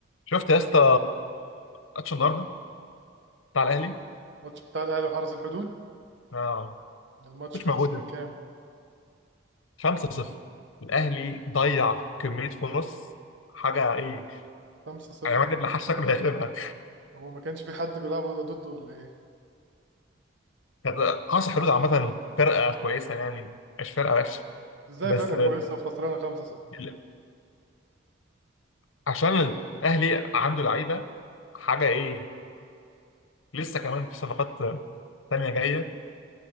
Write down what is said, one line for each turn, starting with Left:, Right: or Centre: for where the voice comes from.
Left: شفت يا اسطى ماتش النهارده بتاع الاهلي
Right: الماتش بتاع الاهلي وحرس الحدود
Left: اه
Right: الماتش
Left: مش
Right: خلص
Left: موجوده
Right: كان كام
Left: 5-0 الاهلي ضيع كميه فرص حاجه ايه
Right: 5-0
Left: يعني الواد اللي حش شكله هيخربها
Right: هو ما كانش في حد بيلعب ولا ضده ولا ايه
Left: كانت قاصح حدود عامه فرقه كويسه يعني مش فرقه وحشه
Right: ازاي
Left: بس
Right: فرقة
Left: آه،
Right: كويسة وخسرانة 5-0
Left: ال- عشان الاهلي عنده لعيبه حاجه ايه لسه كمان في صفقات آه، تانية جايه